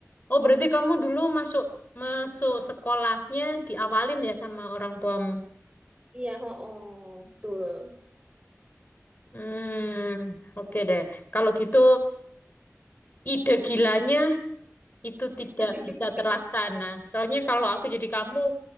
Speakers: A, on the left; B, on the right.
A: oh berarti kamu dulu masuk masuk sekolahnya diawalin ya sama orang tuamu.
B: iya, oh, oh betul.
A: Hmm, oke deh. Kalau gitu ide gilanya itu tidak
B: <laughs>
A: bisa terlaksana. Soalnya kalau aku jadi kamu,